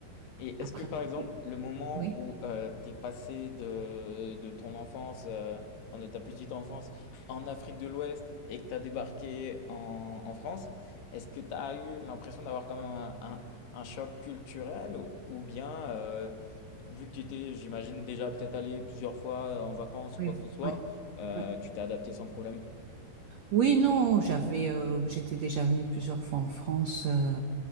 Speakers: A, on the left (about 70°); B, on the right (about 85°).
A: Et
B: Après,
A: est-ce que par
B: j'ai
A: exemple,
B: vécu-
A: le moment
B: Oui,
A: où euh, t'es passé de, de ton enfance, euh, enfin de ta petite enfance, en Afrique de l'Ouest et que t'as débarqué en, en France, est-ce que t'as eu l'impression d'avoir quand même un, un- un choc culturel ou, ou bien, euh, vu que tu étais, j'imagine, déjà peut-être allé plusieurs fois en vacances ou
B: oui,
A: quoi
B: oui.
A: que ce soit,
B: ouais,
A: euh,
B: ouais.
A: tu t'es adapté sans problème?
B: Oui, non, j'avais, euh, j'étais déjà venue plusieurs fois en France, euh,